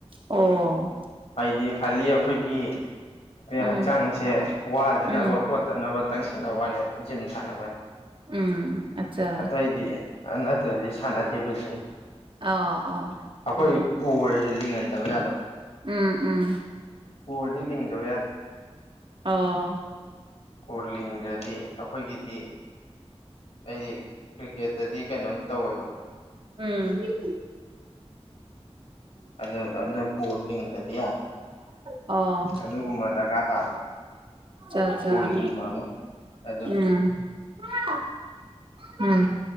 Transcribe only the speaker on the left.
ꯍꯥꯏꯗꯤ ꯈꯥꯜꯂꯤ ꯑꯩꯈꯣꯏꯒꯤ
ꯍꯛꯆꯥꯡꯁꯦ ꯋꯥꯗꯅꯕ
ꯈꯣꯠ ꯇꯥꯅꯕ ꯇꯪ ꯥꯟꯅꯕ ꯋꯥꯅꯦꯕ ꯖꯤꯝ ꯁꯥꯟꯅꯕ ꯍꯥꯏ
ꯑꯇꯩꯗꯤ ꯅꯠꯇ꯭ꯔꯗꯤ ꯁꯥꯟꯅꯗꯦꯕ ꯖꯤꯝ
ꯑꯩꯈꯣꯏ
<unintelligible> ꯂꯤꯡꯍꯟꯗꯕ ꯌꯥꯗꯕ
ꯀꯣꯔꯗꯤ ꯂꯤꯡꯗꯕ
ꯀꯣ ꯂꯤꯡꯗꯗꯤ ꯑꯩꯈꯣꯏꯒꯤꯗꯤ ꯑꯩꯗꯤ ꯀ꯭ꯔꯤꯀꯦꯠꯇꯗꯤ ꯀꯩꯅꯣꯝ ꯇꯧꯋꯦꯕ
ꯑꯗꯨ ꯑꯗꯨ ꯀꯣ ꯂꯤꯡꯗꯗꯤ ꯌꯥꯗꯦ
ꯑꯗꯨꯒꯨꯝꯕ ꯗꯔꯀꯥꯔ ꯇꯥꯕ
ꯀꯣ ꯂꯤꯡꯕ ꯑꯃ ꯑꯗꯨꯒꯤ